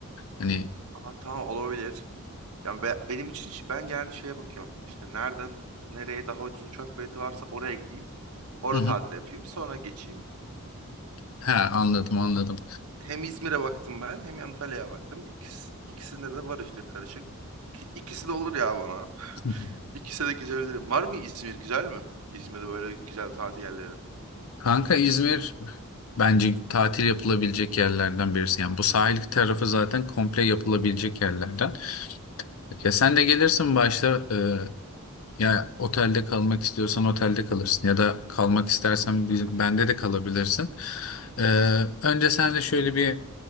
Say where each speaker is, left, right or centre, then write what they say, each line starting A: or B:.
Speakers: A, on the left (about 65°); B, on the right (about 75°).
A: Hani
B: Aa, tamam olabilir. Yani be- benim için ş- ben genelde şeye bakıyorum. İşte nereden nereye daha ucuz uçak bileti varsa oraya gideyim. Orada
A: Hı hı.
B: tatil yapayım. Sonra geçeyim.
A: Ha anladım anladım.
B: Hem İzmir'e baktım ben hem Antalya'ya baktım. İkisi, ikisinde de var işte karışık. İki- İkisi de olur ya bana.
A: <laughs>
B: İkisi de gezebilirim. Var mı İzmir güzel mi? İzmir'de böyle güzel tatil yerleri.
A: Kanka İzmir bence tatil yapılabilecek yerlerden birisi. Yani bu sahil tarafı zaten komple yapılabilecek yerlerden. Ya sen de gelirsin başta e, ya otelde kalmak istiyorsan otelde kalırsın ya da kalmak istersen bizim, bende de kalabilirsin. E, önce sen de şöyle bir